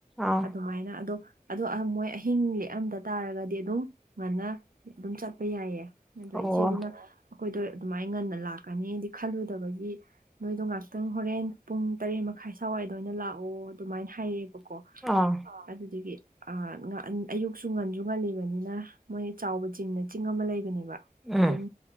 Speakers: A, in the centre; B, on the right.
A: ꯑꯥ
B: ꯑꯗꯨꯃꯥꯏꯅ ꯑꯗꯣ ꯑꯗꯣ ꯃꯣꯏ ꯑꯍꯤꯡ ꯂꯦꯛꯑꯝꯗ ꯇꯥꯔꯒꯗꯤ ꯑꯗꯨꯝ ꯉꯟꯅ ꯑꯗꯨꯝ ꯆꯠꯄ ꯌꯥꯏꯌꯦ ꯑꯗ
A: ꯑꯣ
B: ꯏꯆꯦꯗꯨꯅ ꯑꯩꯈꯣꯏꯗꯣ ꯑꯗꯨꯃꯥꯏꯅ ꯉꯟꯅ ꯂꯥꯛꯀꯅꯤꯗꯤ ꯈꯜꯂꯨꯗꯕꯒꯤ ꯅꯣꯏꯗꯣ ꯉꯥꯛꯇꯪ ꯍꯣꯔꯦꯟ ꯄꯨꯡ ꯇꯔꯦꯠ ꯃꯈꯥꯏ ꯁꯋꯥꯏꯗ ꯑꯣꯏꯅ ꯂꯥꯛꯑꯣ ꯑꯗꯨꯃꯥꯏꯅ ꯍꯥꯏꯌꯦꯕꯀꯣ꯫
A: ꯑꯥ
B: ꯑꯗꯨꯗꯒꯤ ꯑ ꯑꯌꯨꯛꯁꯨ ꯉꯟꯁꯨ ꯉꯜꯂꯤꯕꯅꯤꯅ ꯃꯣꯏ ꯆꯥꯎꯕ ꯆꯤꯡꯅ ꯆꯤꯡ ꯑꯃ ꯂꯩꯕꯅꯦꯕ
A: ꯎꯝ
B: ꯑꯗꯨꯝ